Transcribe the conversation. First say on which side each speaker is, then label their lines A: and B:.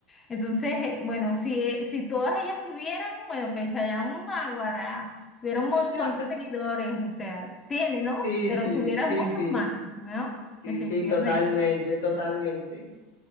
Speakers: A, on the left (about 25°); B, on the left (about 85°).
A: Entonces, eh, bueno, si, eh, si todas ellas tuvieran, bueno, pues Chayanne Mágara tuviera un montón
B: <laughs>
A: de seguidores, o sea, tiene, ¿no?
B: Sí,
A: Pero
B: sí,
A: tuviera
B: sí,
A: muchos
B: sí,
A: más, ¿no?
B: sí,
A: Definitivamente.
B: sí, totalmente, totalmente.